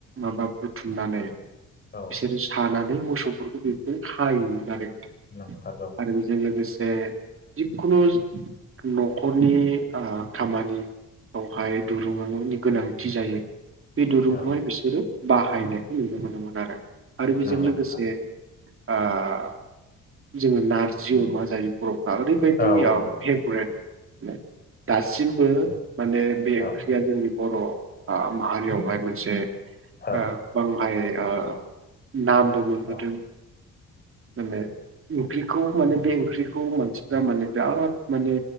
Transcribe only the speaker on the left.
औ
नंथारगौ
औ
नंगौ
नोंथां
औ औ नंगौ
औ
औ
औ